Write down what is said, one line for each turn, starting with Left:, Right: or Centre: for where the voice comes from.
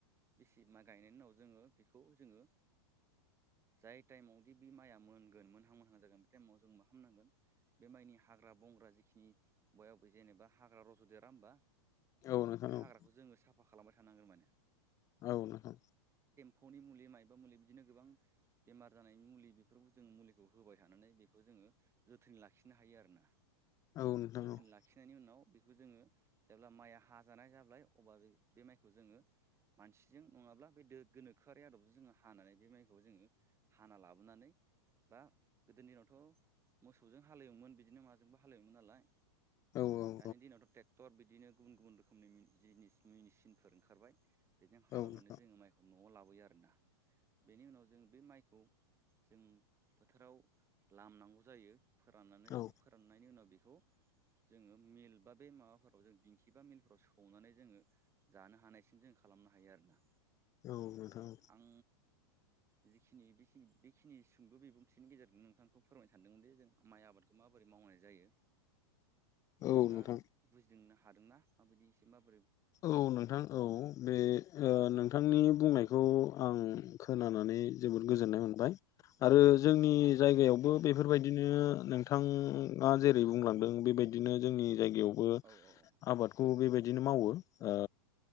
Right: बेसि माइ गायनायनि उनाव जोङो बेखौ जोङो जाय टाइमावदि बे माइया मोनगोन मोनहां मोनहां जागोन बे टाइमाव जों मा खामनांगोन बे माइनि हाग्रा बंग्रा जिखि नि बय आब जेनेबा हाग्रा रज'देरा होमबा,
Left: औ नोंथां
Right: बे
Left: औ
Right: हाग्राखौ जोङो साफ साफा खालामबाय थानांगोन माने।
Left: औ नोंथां।
Right: फौनि मुलि मायबा मुलि बिदिनो गोबां बेमार जानायनि मुलि बेफोरखौ जों मुलिखौ होबाय थानानै बेखौ जोङो जोथोनै लाखिनो हायो आरोना।
Left: औ नोंथां
Right: जोथोन
Left: औ
Right: लाखिनायनि उनाव बेखौ जोङो जेब्ला माइआ हाजानाय जाबाय अब्ला जों बे माइखौ जोङो मानसिजों नङाब्ला बे दो गोनोखोआरि आदबजों जोङो हानानै बे माइखौ जोङो हाना लाबोनानै बा गोदोनि दिनावथ' मोसौजों हालेवोमोन बिदिनो माजोंबो हालेवोमोन नालाय
Left: औ औ नोंथां
Right: दानि दिनावथ' ट्रेक्टर बिदिनो गुबुन गुबुन रोखोमनि जिनिस मेचिनफोर ओंखारबाय। बेजों हालेवनानै
Left: औ नोंथां
Right: जोङो माइखौ न'आव लाबोयो आरोना बेनि उनाव जों बे माइ खौ जों फोथाराव लामनांगौ जायो। फोराननानै
Left: औ
Right: बे फोराननायनि उनाव बेखौ जोङो मिल बा बे माबाफोराव जों दिंखि बा मिलफोराव सौनानै जोङो जानो हानायसिम जों जों खालामनो हायो आरोना।
Left: औ नोंथां।
Right: आं जिखिनि बेखिनि सुंद' बिबुंथिनि गेजेरजों नोंथांखौ फोरमायनो सानदोंमोन जे जों माइ आबादखौ माबोरै मावनाय जायो नोंथाङा
Left: औ नोंथां
Right: बुजिदोंनो हादोंना? माबायदि एसे माब
Left: औ नोंथां औ बे ओ नोंथांनि बुंनायखौ आं खोनानानै जोबोद गोजोननाय
Right: औ
Left: मोनबाय आरो
Right: औ
Left: जोंनि जायगायाव बो बेफोरबायदिनो नोंथाङा जेरै बुंलांदों बेबायदिनो जोंनि जायगायावबो
Right: औ औ
Left: आबादखौ बेबायदिनो मावो। ओ